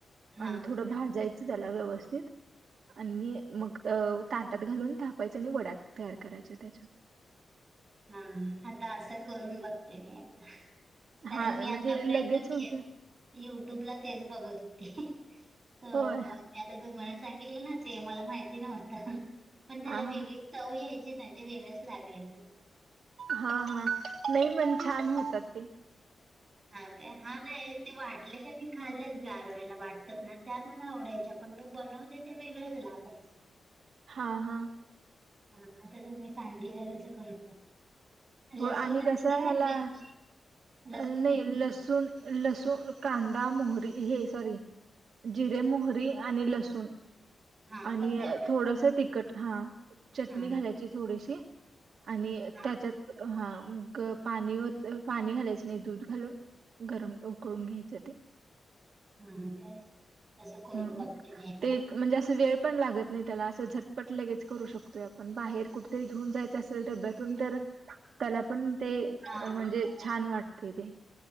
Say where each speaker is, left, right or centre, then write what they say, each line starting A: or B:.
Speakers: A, on the right; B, on the right.
A: हा
B: आणि थोडं भाजायचं त्याला व्यवस्थित. आणि मग ताटात घालून थापायचे आणि वड्या तयार करायच्या त्याच्या
A: हा, आता असं करून बघते मी एकदा. कारण
B: हां,
A: मी आता
B: म्हणजे
A: प्रयत्न
B: लगेच
A: नाहीयेत.
B: होतं.
A: युट्यूबला तेच बघत होते, तर
B: होय.
A: आणि आता तुम्हाला सांगितलं ना ते, मला माहिती नव्हत. पण त्याला
B: हां,
A: वेगळीच
B: हां.
A: चव यायची ना, ते वेगळंच लागायचं.
B: हा हा. नाही पण छान होतात ते.
A: हा काय? हां काय? ते वाढले का मी खाल्लेत, गारव्याला वाटतात ना, त्या मला आवडायच्या, पण मी बनवते त्या वेगळच लागायच्या.
B: हां हां.
A: हा आता तुम्ही सांगितलं तसं करून बघते. लसूण
B: हो
A: आणि
B: कसं
A: काय
B: आहे ह्याला
A: मिरची,
B: अ,
A: लसूण
B: नाही
A: मिर्ची.
B: लसूण लसूण, कांदा, मोहरी हे सॉरी जिरे, मोहरी आणि लसूण.
A: हा
B: आणि
A: फक्त एवढं
B: थोडस तिखट, हा चटणी
A: हा
B: घालायची थोडीशी आणि
A: हा
B: त्याच्यात हा मग पाणी ओत, पाणी घालायचं नाही दूध घालून गरम उकळून घ्यायचं ते.
A: हू हू काय? तसं करून
B: हम्म
A: बघते मी एकदा.
B: ते एक म्हणजे असं वेळ पण लागत नाही त्याला, असं झटपट लगेच करू शकतोय, आपण बाहेर कुठ तरी घेऊन जायचं असेल डब्यातून तर त्याला पण ते
A: हा
B: म्हणजे छान वाटतय ते.